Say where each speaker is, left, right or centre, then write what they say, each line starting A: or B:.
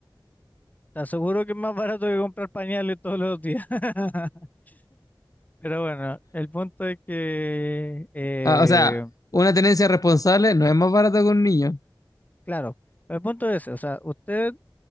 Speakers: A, on the left; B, on the left.
A: te aseguro que es más barato que comprar pañales todos los días. <laughs> Pero bueno, el punto es que, eh,
B: Ah, o sea, una tenencia responsable no es más barata que un niño.
A: claro, el punto es, o sea, usted